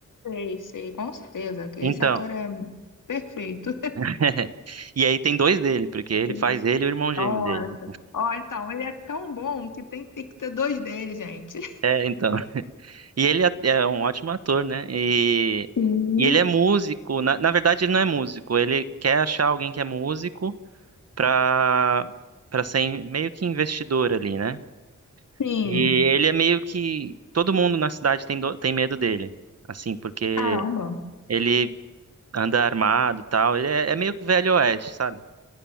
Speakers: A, on the left (about 85°); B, on the right (about 55°).
A: sei, sei, com certeza, que
B: Então,
A: esse ator é perfeito.
B: <laughs> E aí tem dois dele, porque ele
A: <laughs>
B: faz ele e o irmão gêmeo
A: Nossa.
B: dele.
A: Ó, então, ele é tão bom que tem, tem que ter dois dele, gente.
B: É, então. E ele é é um ótimo ator, né? E,
A: Sim,
B: e ele é músico. Na, na verdade, ele não é músico. Ele quer achar alguém que é músico pra, pra ser meio que investidor ali, né?
A: sim.
B: E ele é meio que. Todo mundo na cidade tem, do- tem medo dele. Assim, porque
A: Caramba.
B: ele anda armado e tal. Ele é, é meio que velho oeste, sabe?